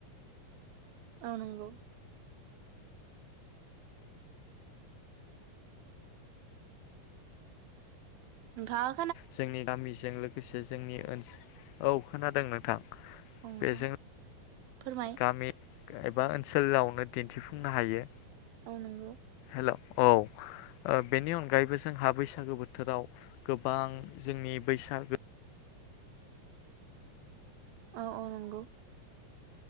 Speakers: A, on the right; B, on the left.
A: औ नंगौ। नोंथांआ
B: जोंनि गामिजों लोगोसे जोंनि ओन्सोल औ खोनादों नोंथां।
A: अ नोंथां।
B: बेजों
A: फोरमाय
B: गामि एबा ओन्सोलावनो दिन्थिफुंनो हायो।
A: औ नंगौ।
B: हेलौ औ बेनि अनगायैबो जोंहा बैसागो बोथोराव गोबां जोंनि बैसागो
A: औ औ नोंगौ।